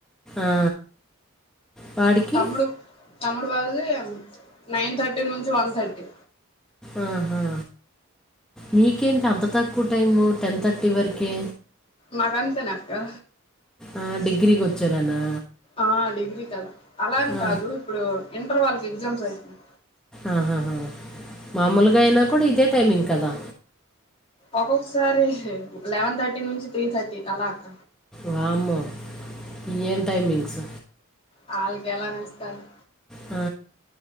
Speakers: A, in the centre; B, on the left.
A: ఆ వాడికి
B: తమ్ముడు తమ్ముడు వాళ్లది నైన్ థర్టీ నుంచి వన్ థర్టీ
A: ఆహా నీకేంటి అంత తక్కువ టైము టెన్ థర్టీ వరకే
B: నాకంతెనక్కా
A: ఆ డిగ్రీకి వచ్చారనా
B: ఆ డిగ్రీ కదా అలాని
A: ఆ,
B: కాదు ఇప్పుడు ఇంటర్ వాళ్ళకి ఎగ్జామ్స్ అయితుంది
A: ఆహాహా మామూలుగా అయినా కూడా ఇదే టైమింగ్ కదా
B: ఒక్కొక్కసారి లెవెన్ థర్టీ నుంచి త్రీ థర్టీ అలా అక్క
A: వామ్మో ఇవేం టైమింగ్స్
B: వాళ్ళకి ఎలా నస్తాయి
A: ఆ